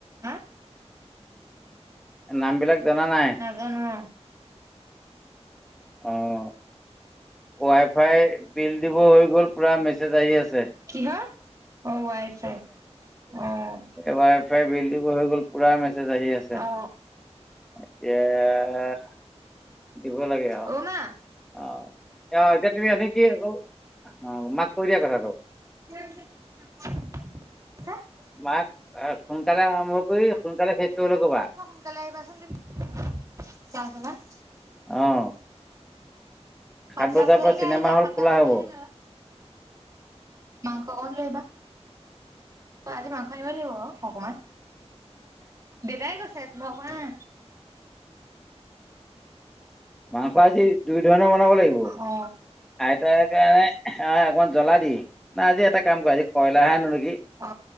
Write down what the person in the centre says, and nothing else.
নাম বিলাক জনা নাই?
অ', উই ফাই বিল দিব হৈ গ'ল, পুৰা মেছেজ আহি আছে
উই ফাই বিল দিব হৈ গ'ল পুৰা মেছেজ আহি আছে
এতিয়া দিব লাগে আৰু
অ অ', এতিয়া তুমি এনে কি, অ', মাক কৈ দিয়া কোঠা টু
মাক সোনকালে আৰম্ভ কৰি সোনকালে শেষ কৰিবলৈ কবা।
অ'
সাত বজাৰ
পৰা চিনেমা
হল
খোলা
হব
মাংস আজি দুই ধৰণে বনাব লাগিব
আইতাৰ কাৰণে হ অকণমান জ্বলা দি না আজি এটা কাম কৰা আজি কয়লাৰাহে আনো নেকি